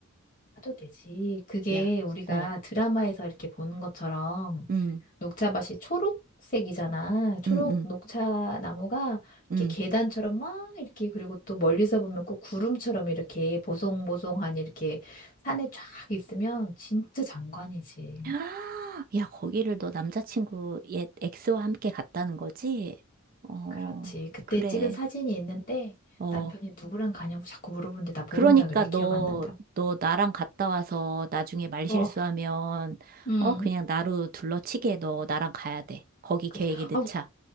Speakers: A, on the left; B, on the right.
A: 가도 되지. 그게
B: 야,
A: 우리가
B: 어,
A: 드라마에서 이렇게 보는 것처럼
B: 음,
A: 녹차밭이 초록색이잖아. 초록
B: 음, 음,
A: 녹차 나무가
B: 음.
A: 이렇게 계단처럼 막 이렇게 그리고 또 멀리서 보면 꼭 구름처럼 이렇게 보송보송하니 이렇게 산에 쫙 있으면 진짜 장관이지.
B: <gasps> 야, 거기를 너 남자친구 옛 엑스와 함께 갔다는 거지? 어,
A: 그렇지. 그때
B: 그래.
A: 찍은 사진이 있는데
B: 어,
A: 남편이 누구랑 가냐고 자꾸 물어보는데 나
B: 그러니까
A: 모른다 그래.
B: 너,
A: 기억 안 난다고.
B: 너 나랑 갔다 와서 나중에 말실수하면,
A: 어. 음.
B: 어, 그냥 나로 둘러치게 너 나랑 가야 돼. 거기
A: 그치.
B: 계획에 넣자.
A: 아우,